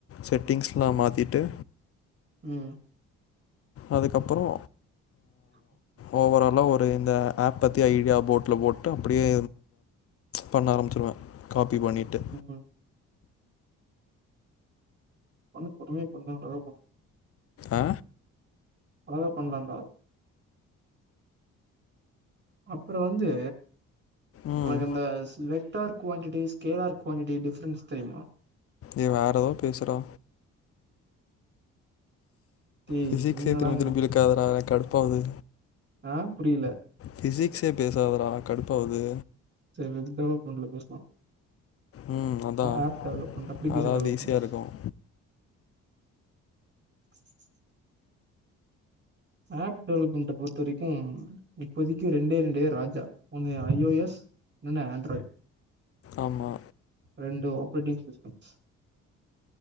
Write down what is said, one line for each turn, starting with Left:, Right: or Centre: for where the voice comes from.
Left: செட்டிங்ஸ்லா மாத்திட்டு
Right: ம்
Left: அதுக்கப்பறோ
Right: <inaudible>
Left: ஓவராலா ஒரு இந்த ஆப் பத்தி ஐடியா போட்டுல போட்டு அப்டியே பண்ண ஆரம்பிச்சுருவே காப்பி பண்ணிட்டு
Right: ம் பண்ணு பொறுமையா பண்ணா அழகா பண்ணு
Left: ஆ
Right: அழகா பண்ணலான்டா அப்பறோ வந்து
Left: ம்
Right: உனக்கு இந்த ஸ் vector quantities scalar quantity difference தெரியுமா
Left: ஏ வேற எதோ பேசுறோ
Right: டேய்
Left: பிசிக்ஸே
Right: என்னடா
Left: திரும்பி
Right: நீ
Left: திரும்பி எழுக்காதடா கடுப்பாவுது
Right: ஆஹ் புரியல
Left: பிசிக்ஸே பேசாதரா கடுப்பாவுது
Right: விப்டவலப்மல பேசல
Left: ம் அதான்
Right: ஆப் டவுன்லோட் அப்ளிகேஷன்
Left: அதாவது
Right: டவுன்லோட்
Left: ஈஸியாக இருக்கும்
Right: <inaudible> ஆப் டவுன்லோட் பொறுத்த வரைக்கு இப்போதைக்கு ரெண்டே ரெண்டு ராஜா ஒண்ணு ஐ ஓ எஸ் இன்னொன்னு ஆண்ட்ராய்ட்
Left: ஆமா
Right: ரெண்டு ஆபரேட்டிங் சிஸ்டம்